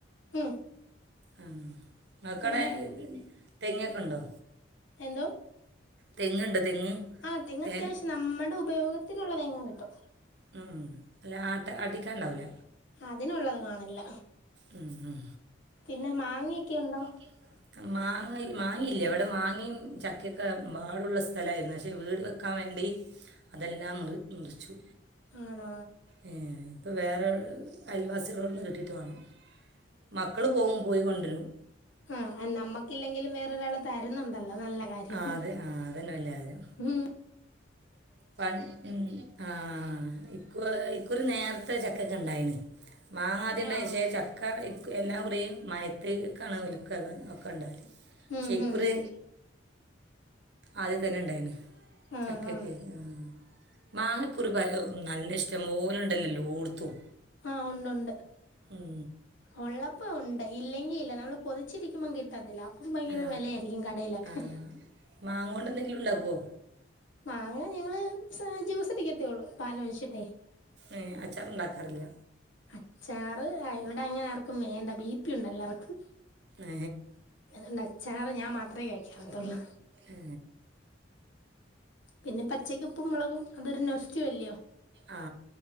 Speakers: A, on the left; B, on the right.
A: ഉം
B: ആഹ് നിങ്ങക്ക്‌
A: പിന്നെ
B: അവിടെ തെങ്ങ് ഒക്കെ ഒണ്ടോ
A: എന്തോ
B: തെങ്ങ് ണ്ട് തെങ്ങ്
A: ആ തെങ്ങ്
B: തേ
A: ത്യാവശ്യം നമ്മടെ ഉപയോഗത്തിന് ഒള്ള തേങ്ങ കിട്ടും
B: മ് ല്ല ആട്ട ആട്ടിക്കാൻ ണ്ടാവുല
A: അതിന് ഒള്ളത് കാണില്ല
B: ഉം, ഉം.
A: പിന്നെ മാങ്ങേക്ക ണ്ടോ
B: <unintelligible> മാങ്ങ മാങ്ങി ഇല്ല അവിടെ മാങ്ങേ ചക്ക ഒക്കെ മ്പാടുള്ള സ്ഥലായിരുന്നു പക്ഷെ വീട് വെക്കാൻ വേണ്ടി അതെല്ലാം റി മുറിച്ചു
A: ആണ
B: മ് ഇപ്പം വേറെ അയൽവാസികളോട്ന്ന് കിട്ടിയിട്ട് വേണം മക്കള് പോകും പോയി കൊണ്ടരും
A: ആ നമ്മക്ക്‌ ഇല്ലെങ്കിലും വേറെ ഒരാള് തരുന്ന് ണ്ടല്ലോ അത് നല്ല കാര്യം
B: ആ അത് ആ അതന്നെ വല്യ കാര്യം
A: മ്
B: പ മ് ആ ഈ ഇക്കുറി നേരത്തെ ചക്ക ഒക്കെ ണ്ടായിണ് മാങ്ങാ ആദ്യം ഒണ്ടായിന്
A: ആഹ്
B: പക്ഷെ ചക്ക ക്ക്‌ എല്ലാ മുറിയും മയത്ത് ക്കണ് ഓലികക്കെ ‌ ഒക്കെ ണ്ടാവല്
A: ഉം
B: ശേ ഇക്കുറി
A: ഉം ഉം
B: ആദ്യ തന്നെ ണ്ടായിന്
A: ആഹ്
B: ചക്കയൊക്കെ
A: ആഹ്
B: മ് മാങ്ങ ഇക്കുറി പല നല്ല ഇഷ്ടം പോലെ ണ്ടല്ലോ എല്ലോട്‌ത്തും
A: ആ ഒണ്ട് ഒണ്ട്
B: മ്
A: ഒള്ളപ്പ ണ്ട് ഇല്ലെങ്കിൽ ഇല്ല നമ്മള് കൊതിച്ച് ഇരിക്കുമ്പം കിട്ടത്തില്ല അപ്പം ഭയങ്കര
B: ആ
A: വെല ആയിരിക്കും കടയിലൊക്കെ
B: ആ മാങ്ങ കൊണ്ട് എന്തെങ്കിലും ണ്ടാക്കുവോ
A: മാങ്ങ ഞങ്ങള് ജ്യൂസ് അടിക്കത്തേയുള്ളൂ പാലൊഴിച്ചിട്ടേ
B: ഏ അച്ചാർ ണ്ടാക്കാറില്ല
A: അച്ചാറ് അ ഇവിടെ അങ്ങനെ ആർക്കും വേണ്ട ബി പി ഉണ്ട് എല്ലാർക്കും
B: ഏ
A: അതൊണ്ട് അച്ചാറ് ഞാൻ മാത്രമേ കഴിക്കാത്തൊള്ളൂ
B: ഏ
A: പിന്നെ പച്ചക്കുപ്പും മുളകും അതൊരു നൊസ്റ്റു അല്ലയോ
B: ആ